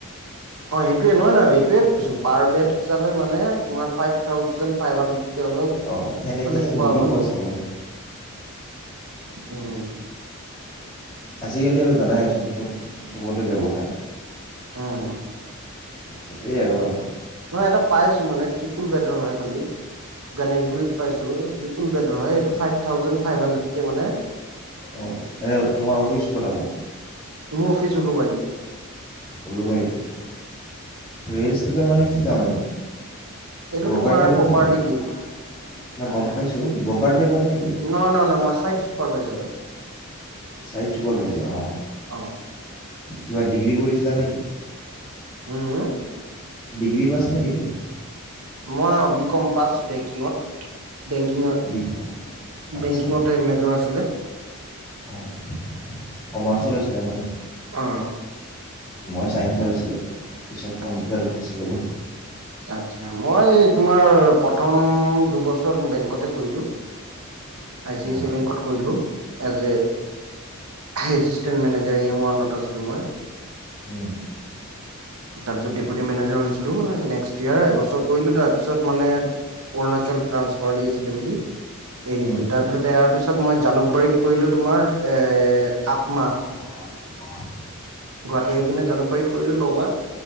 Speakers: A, on the right (about 85°); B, on the left (about 20°).
A: অ সেইটোয়ে নহয় নহয় এইেটোয়ে কৈছো পাৰবেড হিচাপে মানে তোমাৰ ফাইভ থাউজেণ্ড ফাইভ হানড্ৰেড। কে হলেও
B: অঁ সেনেকৈ
A: মানে খোৱা
B: নিদিব
A: বোৱা লৈ।
B: চাগে
A: উম
B: আজিকালি আৰু জানাইচোন চব চবতে ব্যৱসায়।
A: উম
B: সেইটোৱে আৰু।
A: মই এটা পাইছো মানে ত্ৰিপুল বেডৰ হয় খালি। গণেশগুৰিত পাইছো ট্ৰিপুল বেড হয় এইটো ফাইভ থাউজেণ্ড ফাইভ হানড্ৰেদকে মানে।
B: অঁ এয়া তোমাৰ অফিচ ক'ত আকৌ,
A: মোৰ অফিচ উলূবাৰী।
B: উলুবাৰীতে ৰীয়েল ইষ্টেতৰ মানে কি কাম এনে?
A: এইটো
B: ব্ৰ'কাৰ
A: তোমাৰ
B: টেগত
A: প্ৰপাৰ্টি
B: নেকি নাই
A: ডিল
B: গম পাইছোঁ ব্ৰ'কাৰ টেগত নেকি?
A: নহয় নহয় ন মই চাইড চুপাৰভাইজাৰ হয়।
B: চাইড চুপাৰ ভাইজাৰ অ,
A: অ
B: কিবা ডিগ্ৰী কৰিছিলা নেকি?
A: উম উ
B: ডিগ্ৰী পাছ নেকি তুমি?
A: মই অ বি কম পাছ বেংকিঙত, বেংকিং অ
B: বি আচ্ছা
A: বেংকিঙতে মেজৰ আছিলে।
B: অঁ কমাৰ্চত আছিলে মানে,
A: অঁ
B: মই ছাইন্সৰ আছিলোঁ পিছত কম্পিউটাৰত
A: আচ্ছা
B: গুচি গ'লোঁ।
A: আচ্ছা মই এই তোমাৰ প্ৰথম দুবছৰ বেংকতে কৰিলোঁ।
B: <inaudible>
A: আই চি
B: অঁ
A: আই চি বেংকত কৰিলো। As a assistant manager E M ওৱানত আছিলো মই।
B: উম
A: তাৰপিছত ডেপুটি মেনেজাৰ হৈছিলো নেক্সট ইয়াৰ এবছৰ কৰিলো তাৰপিছত মানে, অৰুণাচল ট্ৰানঞ্চফাৰ দি আছে বুলি, এৰিলো
B: হুম,
A: তাৰ পিছত এৰাৰ পিছত মই জালুকবাৰীত কৰিলো তোমাৰ এ আঠ মাহ।
B: <inaudible>
A: গুৱাহাটী আহি কিনে জুকবাৰীত কৰিলো নমাহ।